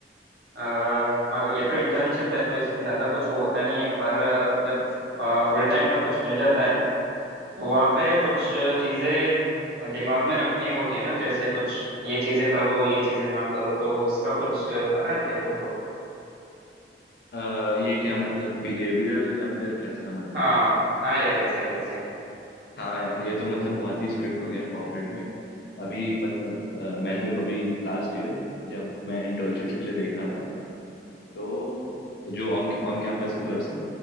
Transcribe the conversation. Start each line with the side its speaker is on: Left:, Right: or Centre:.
Right: अ, अगर ये तो इंटर्नशिप है तो इसमें ज्यादा कुछ वो होता नहीं है पर जब फुल टाइम का कुछ मिल जाता है तो वहां पे कुछ चीजें दिमाग में रखनी होती है ना जैसे कुछ ये चीजें करो ये चीजें ना करो तो उसका कुछ पता है क्या तुमको
Left: अ, ये क्या मतलब बिहेवियरल या फिर कैसा मतलब
Right: हाँ हाँ यार वैसा ही वैसा ही
Left: हाँ यार ये तो मतलब बहुत ही स्ट्रिक्ट हो गया है कॉर्पोरेट में अभी मतलब अ, मैं जब अभी लास्ट ईयर जब मैं इंटर्नशिप्स के लिए देख रहा था तो जो ऑन ऑन कैंपस की तरफ से